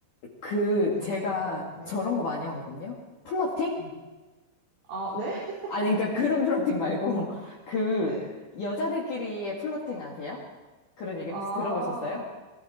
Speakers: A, on the left (about 50°); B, on the right (about 55°).
A: 그,
B: 예를
A: 제가
B: 들 네.
A: 저런 거 많이
B: 네.
A: 하거든요. 플러팅?
B: 네. 아, 네? <laughs>
A: 아니, 그러니까 그런 플러팅 말고, <laughs> 그,
B: 네.
A: 여자들끼리의 플러팅 아세요? 그런 얘기
B: 아,
A: 혹시 들어보셨어요?